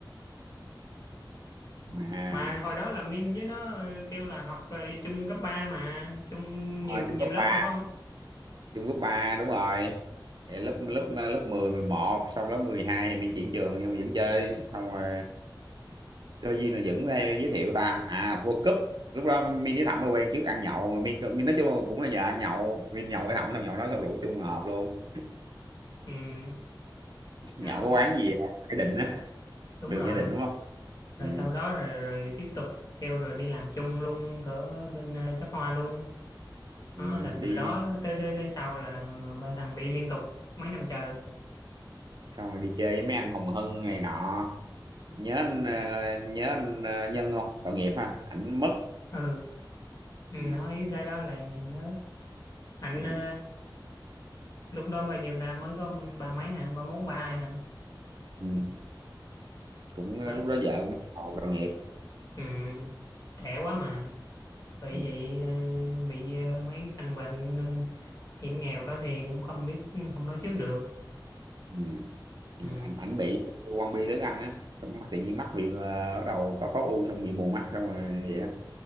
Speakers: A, on the right; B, on the left.
A: mà
B: Mà hồi đó là Minh với nó ờ, kêu là học ờ, chung cấp 3 mà, chung
A: Ờ,
B: nhiều nhiều
A: trong cấp
B: lớp
A: ba,
B: mà phải không?
A: trong cấp ba đúng rồi Thì lớp lớp lớp mười mười một xong lớp 12 thì mình chuyển trường nhưng mà vẫn chơi xong rồi cơ duyên là vẫn hay giới thiệu ta à World Cup lúc đó mình với Thẩm mới quen trước ăn nhậu mình, mình nói chung là cũng là nhờ ăn nhậu mình nhậu với Thẩm xong nhậu nói xong rủ chung hợp luôn
B: Ừ,
A: nhậu
B: đâu
A: có
B: mà-
A: quán gì vậy? cái định á
B: đúng
A: đường
B: rồi.
A: Gia Định đúng không
B: rồi
A: ừ,
B: sau đó rồi, rồi tiếp tục kêu rồi đi làm chung luôn cỡ bên ờ, shop hoa luôn đó
A: ừ,
B: là
A: đi
B: từ đó tới tới tới sau là ba thằng đi liên tục mấy năm trời
A: xong rồi đi chơi với mấy anh Hồng Hân này nọ nhớ anh ờ, nhớ anh ờ, Nhân không tội nghiệp ha ảnh mất
B: ừ ừ,
A: ừ.
B: nói tới đó là nhớ ảnh
A: Ừ.
B: ờ, lúc đó bao nhiêu ta mới có ba mấy hả ba mốt ba hai hả
A: Ừ. cũng ờ,
B: Tới,
A: lúc đó vợ cũng bắt đầu tội nghiệp
B: ừ, trẻ quá mà bị
A: ừ.
B: vậy ờ, bị ờ, mấy cái căn bệnh ờ, hiểm nghèo đó thì cũng không biết không nói trước được
A: Ừ. Ừ.
B: ừ.
A: ảnh ảnh bị quan bi tiếng Anh á Mà tự nhiên mắt bị ờ, bắt đầu có có u xong bị mù mắt xong rồi vậy đó